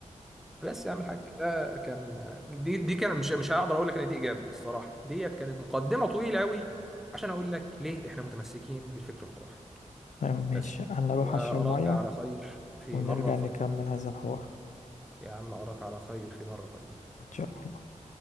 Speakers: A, in the centre; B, on the left.
A: بس يا عم الحاج ده كان دي دي كان مش مش هقدر اقول لك ان دي اجابه الصراحه ديت كانت مقدمه طويله قوي عشان اقول لك ليه احنا متمسكين بالفكر الخرافي
B: فاهم. ماشي
A: بس
B: أنا أروح
A: واراك
B: أشرب مية
A: على خير في
B: ونرجع
A: مره قادمه
B: نكمل هذا الحوار
A: يا عم اراك على خير في مره قادمه
B: إن شاء
A: بيه.
B: الله